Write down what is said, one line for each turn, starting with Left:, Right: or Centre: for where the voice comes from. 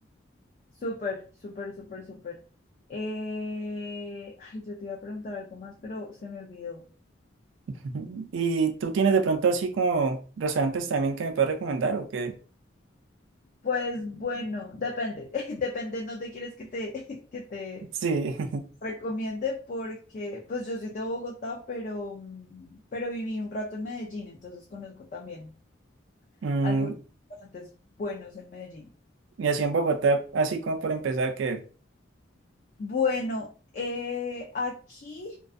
Left: Súper, súper, súper, súper. Eh, ay, yo te iba a preguntar algo más, pero se me olvidó.
Right: <laughs> ¿Y tú tienes de pronto así como restaurantes también que me puedas recomendar o qué?
Left: Pues bueno, depende, <laughs> depende en dónde quieres que te, <laughs> que te
Right: Sí. <laughs>
Left: recomiende, porque pues yo soy de Bogotá, pero, mm, pero viví un rato en Medellín, entonces conozco también
Right: Mm,
Left: algunos restaurantes buenos en Medellín.
Right: y así en Bogotá, así como por empezar, que
Left: Bueno, eh, aquí,